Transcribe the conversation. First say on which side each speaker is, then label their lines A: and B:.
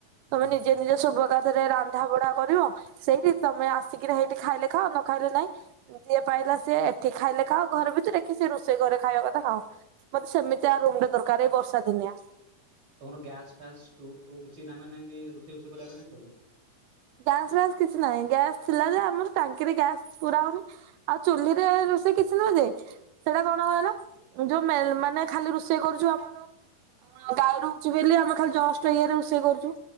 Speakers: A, on the right; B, on the right.
A: ହୁଁ।
B: ତମେ ନିଜେ ନିଜେ ଶବୁ ଏକାଥରେ ରାନ୍ଧା ବଢା କରିବ ସେଇଠି ତମେ ଆସିକି କିରେ ହେଇଠି ଖାଇଲେ ଖା ନ ଖାଇଲେ ନାଇଁ ଯିଏ ପାଇଲା ସିଏ ଏଠି ଖାଇଲେ ଖାଅ ଘରେ ଭିତରେ କି ସେ ରୋଷେଇ ଘରେ ଖାଇବା କଥା ଖାଅ। ମତେ ସେମିତି ଆ ରୁମ୍ ଟେ ଦରକାର ଏଇ ବର୍ଷା ଦିନିଆ।
A: ତମର ଗ୍ୟାସ୍ ଫ୍ୟାସ୍ ଷ୍ଟୋ୍ ଫୁ କିଛି ତା ମାନେ ଏମିନ୍ତି ରୁଷେ ଫୁଷେ କରିବା ପାଇଁ ନାହିଁ ତ
B: ଗ୍ୟାସ ଫ୍ୟାସ କିଛି ନାହିଁ ଗ୍ୟାସ୍ ଥିଲା ଯେ ଆମର ଟାଙ୍କିରେ ଗ୍ୟାସ୍ ପୁରାଉନି। ଆଉ ଚୁହ୍ଲି ରେ ରୋଷେଇ କିଛିନୁଯେ ସେଇଟା କଣଲ ଯୋଉ ମେ ମାନେ ଖାଲି ରୁଷେଇ କରୁଛୁ ଆମର ଗାଈରୁଛି ବେଲି ଆମେ ଖାଲି ଜଷ୍ଟ ଇଏରେ ରୁଷେଇ କରୁଛୁ।